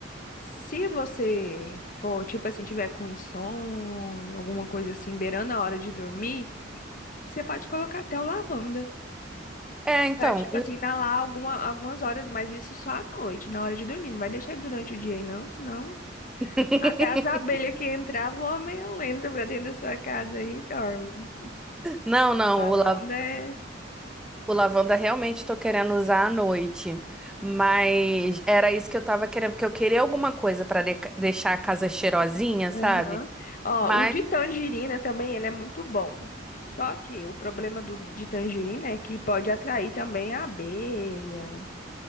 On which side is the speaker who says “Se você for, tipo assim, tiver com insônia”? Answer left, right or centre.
Left